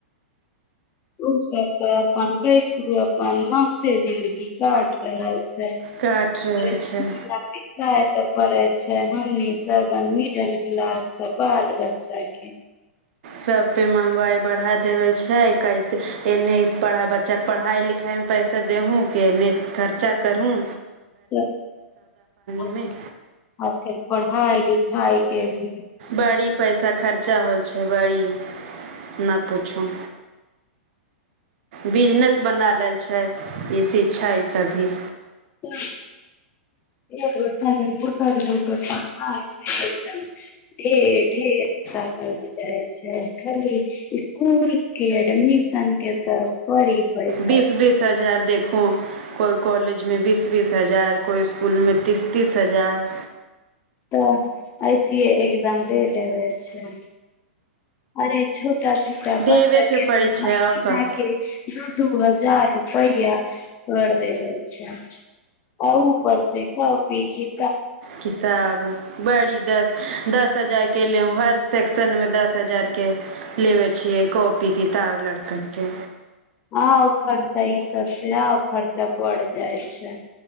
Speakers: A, on the left; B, on the right.
A: ओ सब तऽ अपन पैसो, अपन मस्त जिन्दगी काटलक। से
B: काट रहल
A: <unintelligible>
B: छै
A: पिसा तऽ पड़े। छै, हमनी सबन मिडल क्लास <unintelligible> बाल बच्चा के
B: सब पे महंगाइ बढ़ा देल छै, कैसे इने पढ़ा बच्चाके पढ़ाई लिखाई मे पैसा देहूँ कि इने खर्चा करूँ।
A: त आज
B: में
A: आजकल पढ़ा लि खाए के भी
B: बड़ी पैसा खर्चा होय छै बड़ी, नहि पूछू। बिजनेस बना लेल छै, ए सी छै सभी
A: <unintelligible> ढेर ढेर सारा जाइ छै, खाली इसकुल के एडमिशन के तऽ बड़ी पैसा
B: बीस-बीस हजार दे ओ कोइ कॉलेजमे बीस-बीस हजार, कोइ इसकुलमे तीस-तीस हजार
A: तऽ ऐसि एकदम ले लेबै छै अरे छो छोटा
B: देबे
A: बच्चाक
B: के पड़ै छै
A: माय
B: आउ
A: गे
B: का
A: माय गेल दू-दू हजार पहिआ कर देबै छै आ ऊ पर स काँपी की
B: किताब बड़ी दस दस हजार के ले हर सेक्शन मे दस हजार के के लेबे छियै कॉपी किताब लड़कन के
A: आउ खर्चा ई सबाबसँ आउ खर्चा पड़ जाइ छै